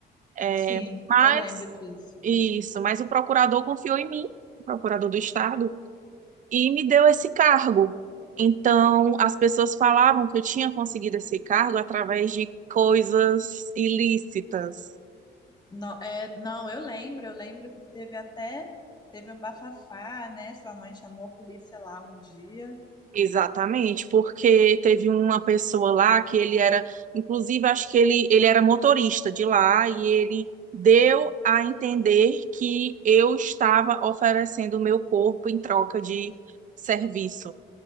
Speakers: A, on the right; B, on the left.
A: É,
B: Sim,
A: mas,
B: eu lembro disso.
A: isso, mas o procurador confiou em mim, o procurador do estado, e me deu esse cargo. Então, as pessoas falavam que eu tinha conseguido esse cargo através de coisas ilícitas.
B: Não, é, não, eu lembro, eu lembro que teve até, teve um bafafá, né? Sua mãe chamou a polícia lá um dia.
A: Exatamente, porque teve uma pessoa lá que ele era, inclusive, acho que ele, ele era motorista de lá e ele deu a entender que eu estava oferecendo o meu corpo em troca de serviço.